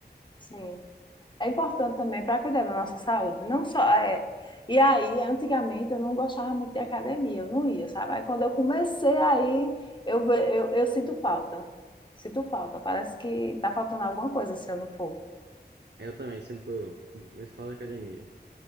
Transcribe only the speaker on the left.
Sim. É importante também para cuidar da nossa saúde. Não só é... E aí, antigamente, eu não gostava muito de academia. Eu não ia, sabe? Aí quando eu comecei aí, eu, ve- eu, eu sinto falta. Sinto falta. Parece que tá faltando alguma coisa se eu não for.